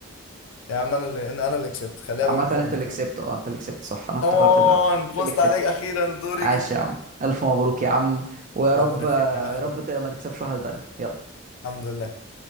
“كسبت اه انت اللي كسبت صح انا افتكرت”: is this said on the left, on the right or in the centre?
Right